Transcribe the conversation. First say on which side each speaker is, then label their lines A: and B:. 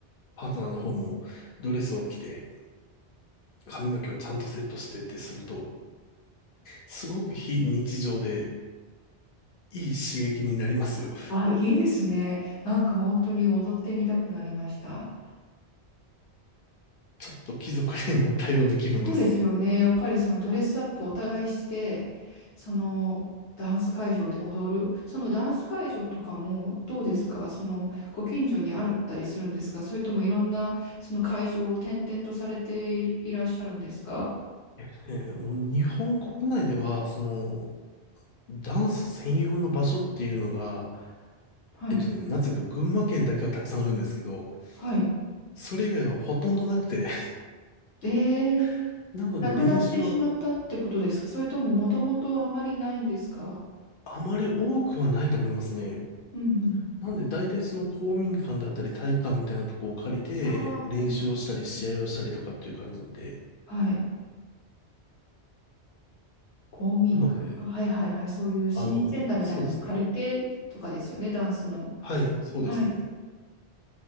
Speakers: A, on the left; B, on the left.
A: パートナーの方もドレスを着て、髪の毛をちゃんとセットしてってすると、すごく非日常でいい刺激になりますよ。
B: あ、いいですね。なんか本当に踊ってみたくなりました。
A: ちょっと貴族になったような気分です。
B: そうですよね。やっぱりそのドレスアップをお互いして、そのダンス会場で踊る。そのダンス会場とかもどうですかそのご近所にあったりするんですかそれともいろんなその会場を転々とされているいらっしゃるんですか
A: えっとね、もう日本国内では、その、ダンス専用の場所っていうのが、
B: はい。
A: えっとね、なぜか群馬県だけはたくさんあるんですけど、
B: はい。
A: それ以外はほとんどなくて、
B: えー、
A: <laughs> なので練習は
B: なくなってしまったってことですかそれとももともとあんまりないんですか
A: あまり多くはないと思いますね。
B: うんうん。
A: なんで、大体その公民館だったり体育館みたいなとこを借りて、
B: ああ、
A: 練習をしたり、
B: なるほど。
A: 試合をしたりとかっていう感じなんで。
B: はい。公務員か。
A: なので、
B: あはいはいはい。そういう市民センターみたいなの借りてとかですよね、
A: あの、そうですね。
B: ダンスの。
A: はい、そうですね。
B: はい。